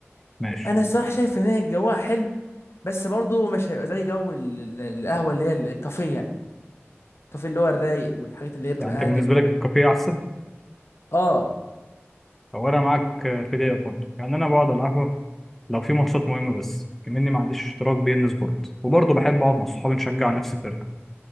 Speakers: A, in the centre; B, on the left.
A: ماشي
B: انا الصراحه شايف ان هي جوها حلو بس برضه مش هيبقى زي جو ال- ال- القهوه اللي هي الكافيه يعني الكافيه اللي هو الرايق والحاجات اللي هي بتبقى
A: يعني انت
B: هاديه
A: بالنسبة
B: وكده
A: لك
B: يعني
A: الكافيه احسن
B: اه
A: او انا معاك آه، في ديت برضه يعني انا بقعد على القهوة لو في ماتشات مهمة بس كمني ما عنديش اشتراك بي ان سبورت وبرضه بحب اقعد مع صحابي نشجع نفس الفرقة